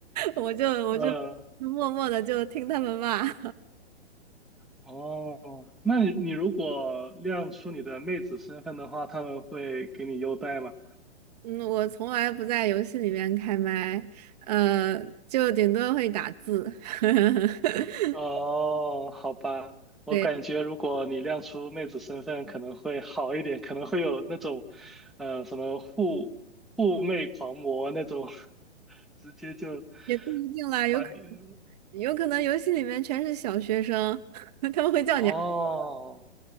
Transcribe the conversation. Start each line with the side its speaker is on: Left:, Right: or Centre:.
Right: 我我就我就默默的就听他们骂。
Centre: 呃，
Right: <laughs>
Centre: 哦，那你你如果亮出你的妹子身份的话，他们会给你优待吗？
Right: 嗯，我从来不在游戏里面开麦，呃，就顶多会打字。<laughs>
Centre: 哦，好吧，我感觉如果你亮出妹子身份可能会好一点，
Right: 对，
Centre: 可能会有那种，呃，什么护护妹狂魔那种，<laughs> 直接就
Right: 也不一定啦，有可
Centre: 把你，
Right: 有可能游戏里面全是小学生，<laughs> 他们会叫你啊
Centre: 哦。